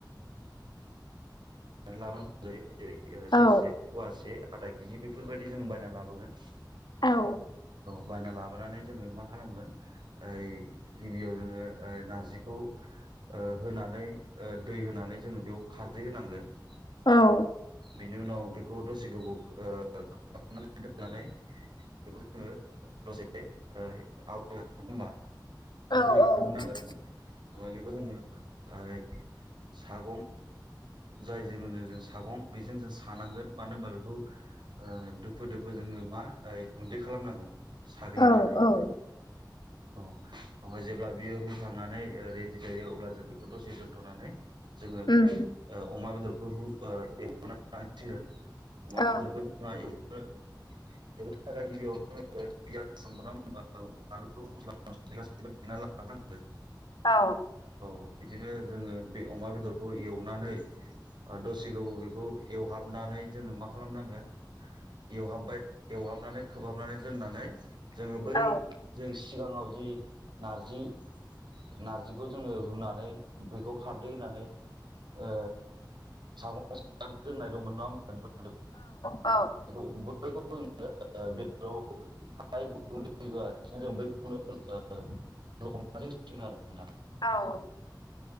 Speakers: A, on the right; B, on the left.
A: लाबोनोगौ जायो जेरै सेरसे,
B: औ
A: फवासे, आधा केजि बेफोरबायदि जों बायना लाबोगोन
B: औ
A: बायना‌ लाब हनानै जोंङो मा खालामगोन ओइ गिबियाव जोंङो नारजिखौ ओ होनानै दै होनानै जोंङो बेयाव खारदै होनांगोन
B: औ
A: बेनि उनाव बेखौ दसे गोबाव खोबनानै दोननानै बेखौ जोंङो दसे ओ आव होनबा
B: औ
A: गुरै खालामनांगोन ओमफाय बेखौ जोंङो ओ सागं जायजों जों सागं बेजों जों सानांगोन मानो होनबा बेखौ ओ‌ दोफो-दोफो जोंङो मा गुन्दै खालामनांगोन साग्लिनानै
B: औ-औ
A: अ ओमफाय जेब्ला बियो रुखांनानै रेडि जायो अब्ला जों बेखौ दसे दोनथनानै जोंङो
B: उम
A: अमा बेदरखौ रु ओ एउग्रीना अमाखौ
B: ओं
A: जोंनो थाखाय गिबियावनो फियास, सामब्राम, बानलु, मसला‌-मसलि गासैखौबो देना‌ लाग्रो नांगोन
B: औ
A: ओ बिदिनो जोंङो बे अमा बेदरखौ एवनानै ओ दसे गोबाव बेखौ एवहाबनानै जोंङो मा खालामनांगोन एवहाबबाय एवहाबनानै खोबहाबनानै दोननानै जोंङो बै
B: औ
A: जों सिगाङाव जि नारजि नारजिखौ जोङो रुनानै बेखौ खारदै होनानै ओ सागं दोननाय दंमोन नङा खौ
B: औ
A: <unintelligible> ह ग होआनो जों बखौनो हमनानै आरो नोंथां <unintelligible>
B: औ